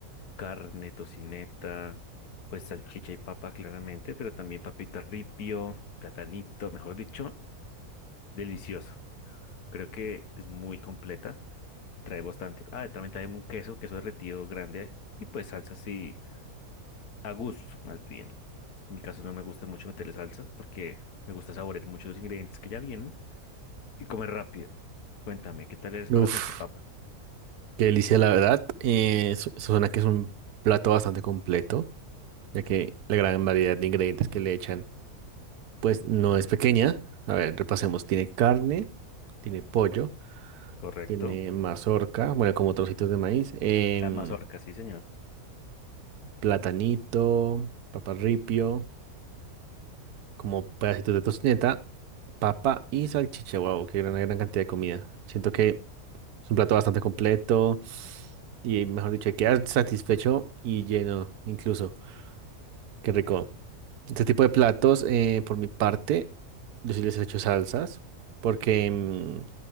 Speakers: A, on the left; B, on the right.
A: carne, tocineta, pues salchicha y papa claramente, pero también papita ripio, platanito, mejor dicho, delicioso. Creo que es muy completa y trae bastante. Ah, también trae un queso, queso derretido grande y pues salsas así a gusto, más bien. En mi caso no me gusta mucho meterle salsas porque me gusta saborear mucho los ingredientes que ya vienen y comer rápido. Cuéntame, ¿qué tal eres
B: <laughs>
A: para
B: Uf,
A: salchipapas?
B: qué delicia, la verdad. Eh, su- suena que es un plato bastante completo, ya que la gran variedad de ingredientes que le echan, pues no es pequeña. A ver, repasemos. Tiene carne, tiene pollo,
A: ¿Correcto?
B: tiene mazorca, bueno, como trocitos de maíz, em,
A: La mazorca, sí, señor.
B: platanito, paparripio. como pedacitos de tocineta, papa y salchicha. Wow, qué gran, gran cantidad de comida. Siento que es un plato bastante completo y, mejor dicho, quedas satisfecho y lleno, incluso. Qué rico. Este tipo de platos, eh, por mi parte, yo sí les he hecho salsas porque mm,